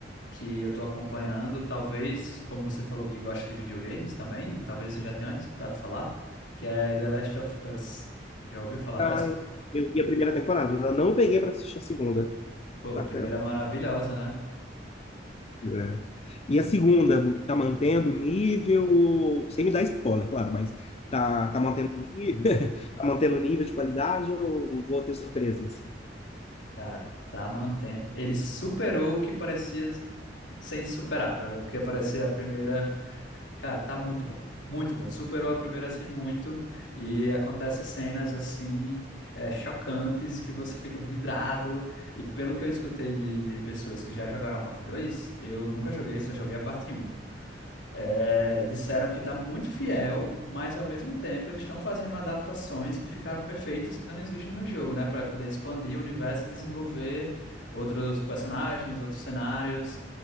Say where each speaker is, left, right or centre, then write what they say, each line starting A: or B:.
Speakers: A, on the left (about 85°); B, on the left (about 35°).
A: que eu tô acompanhando. Talvez, como você falou que gosta de videogames também, talvez você já tenha escutado falar, que é The Last of Us. Já ouviu falar
B: Ah,
A: dessa?
B: eu, eu vi a primeira temporada, ainda não peguei para assistir a segunda.
A: Pô,
B: Bacana.
A: a primeira é maravilhosa, né?
B: né? E a segunda, tá mantendo o nível, sem me dar spoiler, claro, mas tá, tá mantendo o nível, <laughs> tá mantendo o nível de qualidade ou vou ter surpresas?
A: Cara, tá mantendo. Ele superou o que parecia ser insuperável, o que parecia a primeira. Cara, tá muito bom. Muito bom. Superou a primeira assim muito. E acontece cenas assim é, chocantes que você fica vidrado. E pelo que eu escutei de, de pessoas que já jogaram a parte 2, eu nunca joguei, só joguei a parte um. É, disseram que está muito fiel, mas ao mesmo tempo eles estão fazendo adaptações que ficaram perfeitas, que não existem no jogo, né? Para poder expandir o universo e desenvolver outros personagens, outros cenários,